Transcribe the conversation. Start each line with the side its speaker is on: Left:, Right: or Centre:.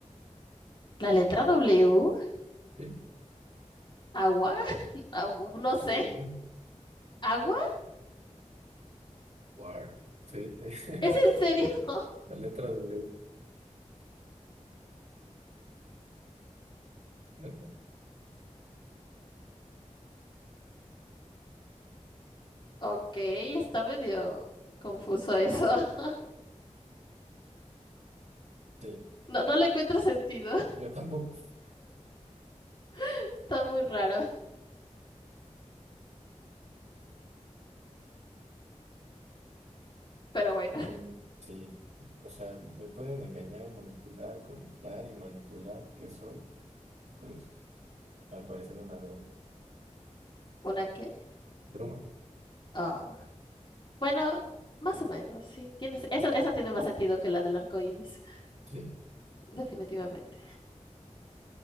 Left: ¿La letra W?
Right: ¿Sí?
Left: ¿Agua? <laughs> Ah, No sé.
Right: Win,
Left: ¿Agua?
Right: war, sí, <laughs>
Left: ¿Es en serio? <laughs>
Right: la letra W, neta.
Left: Ok, está medio confuso eso. <laughs>
Right: Sí,
Left: No, no le encuentro sentido.
Right: yo tampoco.
Left: <laughs> Está muy raro. Pero bueno,
Right: Mm, sí, o sea, me pueden engañar, manipular, contar y manipular, que soy, pues, al parecer una broma.
Left: ¿una qué?
Right: ¿Broma?
Left: Ah, bueno, más o menos, sí. Tienes, esa, esa tiene más sentido que la del arco iris,
Right: Sí.
Left: definitivamente.